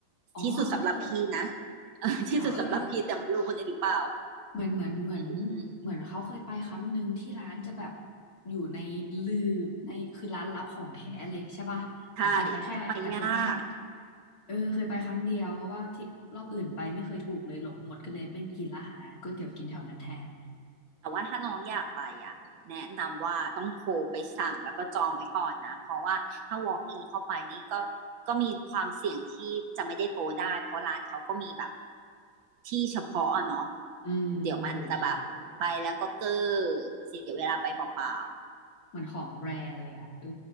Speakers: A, on the left; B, on the right.
A: อ๋อเคย
B: ที่สุดสำหรับพี่นะ <laughs> เออที่สุดสำหรับพี่แต่ไม่รู้คนอื่นหรือเปล่า
A: จริงเหรอเออเออเหมือนเหมือนเหมือน
B: อืม
A: เหมือนเขาเคยไปครั้งหนึ่งที่ร้านจะแบบอยู่ในลืบในคือร้านลับของแท้เลยใช่ป่ะแต่เคยไปแค่แต่เคยไปแค่
B: ใช่ไปยาก
A: เออเคยไปครั้งเดียวเพราะว่าที่รอบอื่นไปไม่เคยถูกเลยหลงหมดก็เลยไม่ไปกินร้านอาหารก๋วยเตี๋ยวกินแถวนั้นแทน
B: แต่ว่าถ้าน้องอยากไปอ่ะแนะนำว่าต้องโทรไปสั่งแล้วก็จองไว้ก่อนนะเพราะว่าถ้า walk in เข้าไปนี่ก็ก็มีความเสี่ยงที่จะไม่ได้โตะได้เพราะร้านเขาก็มีแบบที่เฉพาะอะเนาะ
A: อืมโห
B: เดี๋ยวมันอาจจะแบบไปแล้วก็เก้อเสียเวลาไปเปล่า
A: เหมือนของแรเลยอ่ะเออ